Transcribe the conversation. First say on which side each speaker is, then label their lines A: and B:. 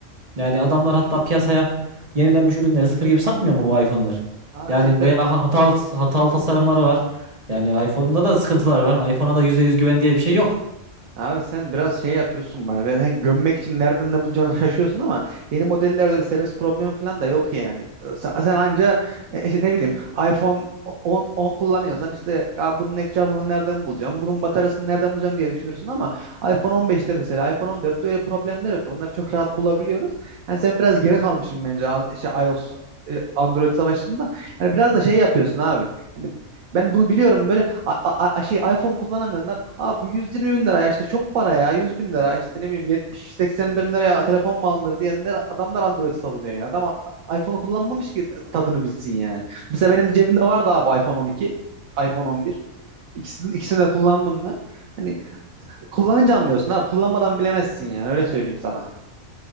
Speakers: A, on the right; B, on the right.
A: yani adamlar hatta piyasaya yenilenmiş ürünleri sıfır gibi satmıyor mu bu iPhone'lar?
B: Abi
A: Yani
B: sen bir
A: veya ha- hatalı hatalı tasarımları var. Yani iPhone'da da sıkıntılar var. iPhone'a da %100 güven diye bir şey yok.
B: Abi sen biraz şey yapıyorsun bana. Ben sen gömmek için nereden ne bulacağını şaşıyorsun ama yeni modellerde öyle servis problemi falan da yok yani. Ee, Sen, sen anca e, işte ne bileyim iPhone 10, 10 kullanıyorsan işte ya bunun ekranı bunu nereden bulacağım? Bunun bataryasını nereden bulacağım diye düşünürsün ama iPhone 15'te mesela iPhone 14'te öyle problemler yok. Onları çok rahat bulabiliyoruz. Hani sen biraz geri kalmışsın bence a- işte iOS e, Android savaşında. Hani biraz da şey yapıyorsun abi. Hani ben bunu biliyorum böyle a- a- a- şey iPhone kullanamayanlar Abi bu 120 bin lira ya işte çok para ya 100 bin lira işte ne bileyim 70-80 bin liraya telefon mu alınır diyenler adamlar Android savunuyor yani. Adam a- iPhone'u kullanmamış ki tadını bilsin yani. Mesela benim cebimde vardı abi iPhone 12, iPhone 11. İkisini, ikisini de kullandım ben. Hani kullanınca anlıyorsun abi kullanmadan bilemezsin yani öyle söyleyeyim sana.